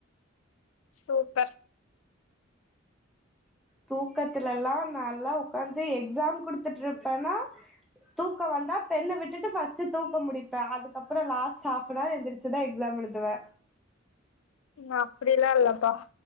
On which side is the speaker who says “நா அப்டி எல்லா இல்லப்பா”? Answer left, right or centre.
Left